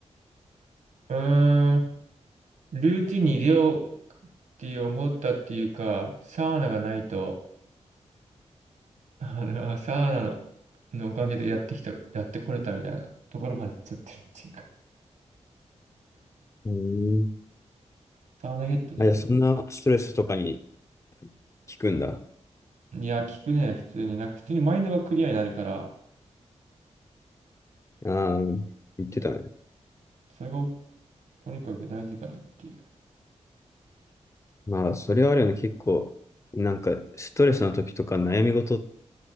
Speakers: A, on the right (about 80°); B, on the left (about 25°).
A: うーん。ルーティンに入れようって思ったっていうか、サウナがないと、あの、サウナの、のおかげでやってきた、やってこれたみたいなところまで行っちゃってるっていうか、
B: うん。
A: サウナヘッドであれ。
B: あ、いや、そんなストレスとかに効くんだ。
A: いや、聞くね、普通に。なんか、普通にマインドがクリアになるから、
B: ああ、言ってたね。
A: それがとにかく大事かなっていう。
B: まあ、それはあるよね。結構、なんか、ストレスの時とか悩み事、